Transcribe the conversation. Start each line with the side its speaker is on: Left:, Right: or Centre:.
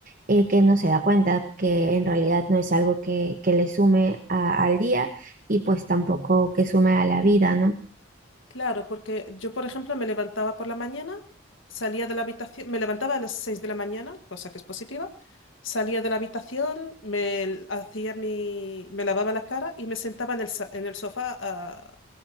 Right: eh, que no se da cuenta que en realidad no es algo que, que le sume a- al día y pues tampoco que sume a la vida, ¿no?
Left: Claro, porque yo, por ejemplo, me levantaba por la mañana, salía de la habitación, me levantaba a las 6 de la mañana, cosa que es positiva, salía de la habitación, me l- hacía mi, me lavaba la cara y me sentaba en el, sa- en el sofá a